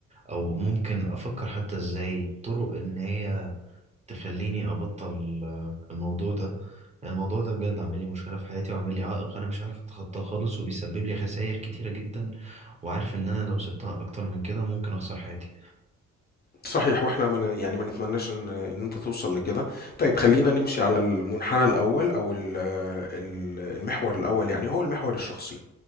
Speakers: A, on the right; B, on the left.
A: أو ممكن أفكر حتى إزاي طرق إن هي تخليني أبطل آه، الموضوع ده يعني الموضوع ده بجد عامل لي مشكلة في حياتي وعامل لي عائق أنا مش عارف أتخطاه خالص وبيسبب لي خسائر كتيرة جدا وعارف إن أنا لو سبتها أكتر من كده ممكن أخسر حياتي
B: صحيح واحنا ما ن- يعني ما نتمناش ان ان انت توصل لكده طيب خلينا نمشي على المنحنى الاول او ال- ال- المحور الاول يعني هو المحور الشخصي